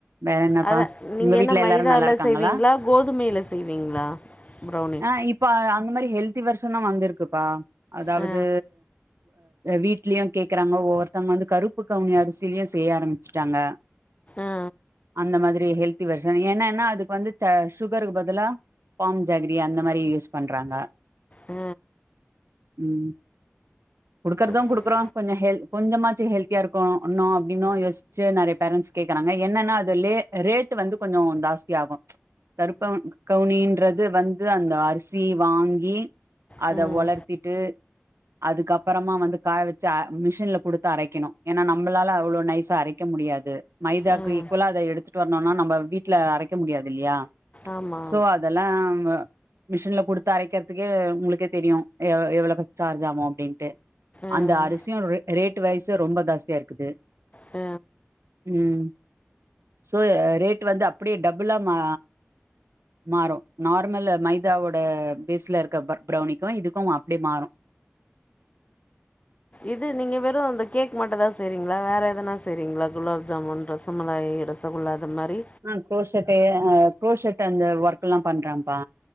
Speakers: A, on the right; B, on the left.
A: வேற என்னப்பா
B: அதா நீங்க
A: உங்க வீட்ல
B: என்ன மைதால
A: எல்லாரு நல்லா இருக்காங்களா
B: செய்வீங்களா கோதுமையில் செய்வீங்களா ப்ரௌனி
A: ஆ இப்ப அந்த மாரி ஹெல்தி வருர்ஷனும் வந்திருக்குப்பா அதாவது
B: ஆ
A: வீட்லயும் கேக்குறாங்க ஒவ்வொருத்தவங்க வந்து கருப்பு கவுனி அரிசிலயும் செய்ய ஆரம்பிச்சுட்டாங்க
B: ஆ
A: அந்த மாரி ஹல்திவர்சன் என்னன்னா அதுக்கு வந்து ச சுகருக்கு பதிலா பாம் ஜாகரி அந்த மாதிரி யூஸ் பண்றாங்க
B: ஹ
A: உம் குடுக்குறதான்
B: சரி
A: கொடுக்குறம் கொஞ்சம் ஹெல் கொஞ்சமாச் <unintelligible> ஹெல்தியா இருக்கும்னோ அப்டின்னோ யோசிச்சு நெறைய பேரண்ட்ஸ் கேக்குறாங்க என்னன்னா அது ரே ரேட்டு வந்து கொஞ்சம் ஜாஸ்தி ஆகும் கருப்பு கவுனின்றது வந்து அந்த அரிசி வாங்கி அத
B: ம்
A: உளர்த்திட்டு அதுக்குப்புறமா வந்து காய வச்சு மிஷின்ல குடுத்து அரைக்கணும் ஏன்னா நம்மளால அவ்ளோ நைஸா அரைக்க முடியாது மைதாக்கு
B: ம்
A: ஈகுலா அத எடுத்துட் ட்டு வரணோனா நம்ம வீட்டுல அரைக்க முடியாது இல்லையா
B: ஆமா
A: சோ அதெல்லாம் மிஷன்ல கொடுத்து அரைக்கிறதுக்கே உங்களுகே தெரியும் எவ் எவ்வளோ சார்ஜ் ஆகும் அப்டின்ட்டு
B: ம்
A: அந்த அரிசியும் ரே ரேட் வைசும் ரொம்ப ஜாஸ்தியாக இருக்குது
B: ஹ
A: ம் சோ ரேட் வந்து அப்படியே டபுளா மா மாறும் நார்மல் மைதாவோட பேஸ்ல இருக்க ப்ரொக் ப்ரௌனிக்கும் இதுக்கும் அப்டியே மாறும்
B: இது நீங்க வெறும் இந்த கேக் மட்டும் தான் செய்றீங்களா வேற எதுனா செய்ரிங்களா குலாப் ஜாமுன் ரசமலாய் ரசகுல்லா அது மாரி
A: ஆ கோஷ அஹ குரோஷர்ட் அந்த ஒர்க்க எல்லாம் பண்றேன்ப்பா